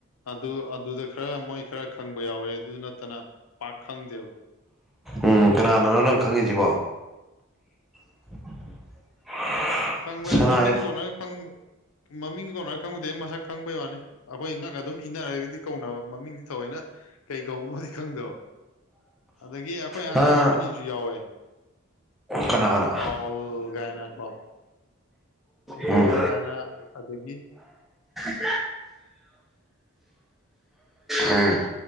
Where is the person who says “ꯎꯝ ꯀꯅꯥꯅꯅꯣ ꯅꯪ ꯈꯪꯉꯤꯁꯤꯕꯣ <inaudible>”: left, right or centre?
Centre